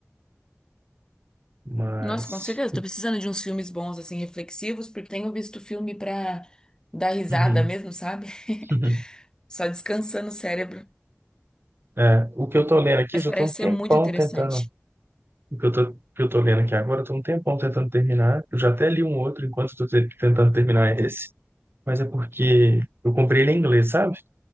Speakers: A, on the right; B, on the left.
A: Mas.
B: Nossa, com certeza. Tô precisando de uns filmes bons, assim, reflexivos, porque tenho visto filme pra dar risada
A: Uhum.
B: mesmo, sabe?
A: <laughs>
B: <laughs> Só descansando o cérebro.
A: É, o que eu tô lendo aqui,
B: Mas
A: eu já
B: parece
A: tô um tempão
B: ser muito interessante.
A: tentando. O que eu tô, o que eu tô lendo aqui agora, eu tô um tempão tentando terminar. Eu já até li um outro enquanto eu tô te- tentando terminar esse. mas é porque eu comprei ele em inglês, sabe?